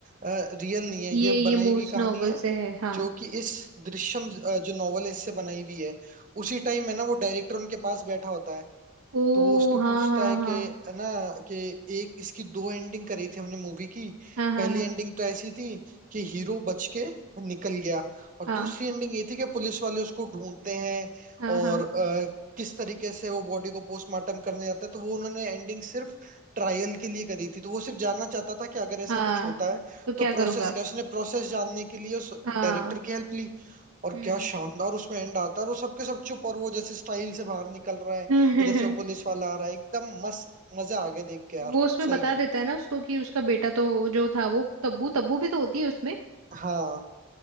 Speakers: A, on the right (about 35°); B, on the right (about 75°).
A: रियल नहीं है
B: ये
A: ये
B: ये
A: बनाई
B: मूस
A: हुई कहानी
B: नॉवल
A: है
B: से है हाँ
A: जो कि इस दृश्यम अ, जो नॉवल इससे बनाई हुई है उसी टाइम है ना वो डायरेक्टर उनके पास बैठा होता है
B: ओ
A: तो वो उसके पूछता
B: हाँ हाँ
A: है
B: हाँ
A: कि है ना कि एक इसकी दो एंडिंग करी थी हमने मूवी की
B: हाँ हाँ
A: पहली एंडिंग तो ऐसी थी कि हीरो बच के निकल गया और
B: हाँ
A: दूसरी एंडिंग ये थी कि पुलिस वाले उसको ढूंढते हैं
B: हाँ
A: और
B: हाँ हाँ
A: अ, किस तरीके से वो बॉडी को पोस्टमार्टम करने जाता है तो वो उन्होंने एंडिंग सिर्फ ट्रायल के लिए करी थी तो वो सिर्फ जानना चाहता था कि अगर ऐसा
B: हाँ
A: कुछ होता है
B: तो क्या
A: तो
B: करूंगा
A: प्रोसेस क्या है। उसने प्रोसेस जानने के लिए उस
B: हाँ
A: डायरेक्टर की हेल्प ली और
B: हम्म
A: क्या शानदार उसमें एंड आता है और वो सबके सब चुप और वो जैसे स्टाइल से बाहर निकल रहा है
B: <laughs>
A: इधर से वो पुलिस वाला आ रहा है एकदम मस्त मजा आ गया देख के यार
B: वो उसमें
A: सही
B: बता
A: में
B: देता है ना उसको कि उसका बेटा तो जो था वो तब्बू तब्बू भी तो होती है उसमें
A: हाँ